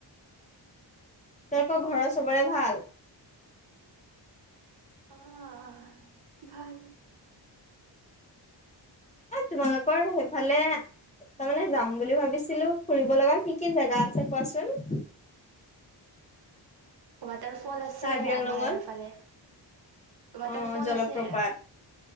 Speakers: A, on the left (about 15°); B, on the right (about 60°).
A: তোমালোকৰ ঘৰৰ চবৰে ভাল?
B: অহ ভাল।
A: তোমালোকৰ সেইফালে তাৰ মানে যাম বুলি ভাবিছিলো, ফুৰিব লগা কি কি জোগা আছে কোৱাচোন?
B: ৱাটাৰফল আছে
A: কাৰ্বি
B: আমাৰ
A: আংলঙত?
B: ফালে। ৱাটাৰফল
A: অ', জলপ্ৰপাত
B: আছে।